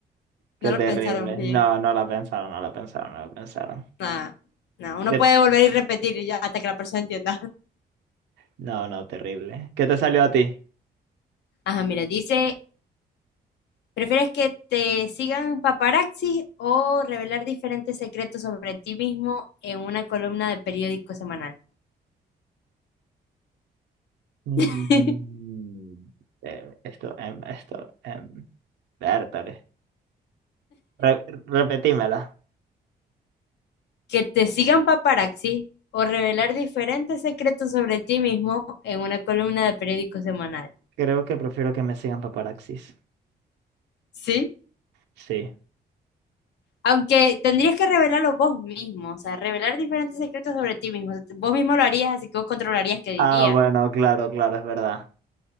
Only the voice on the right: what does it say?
Qué
terrible.
No, no la pensaron, no la pensaron, no la pensaron.
¿Qué
t-
No, no, terrible. ¿Qué te salió a ti?
Mm,
em, esto, em, esto, em, vértale. Re- repetímela.
Creo que prefiero que me sigan paparaxis.
Sí.
Ah, bueno, claro, claro, es verdad.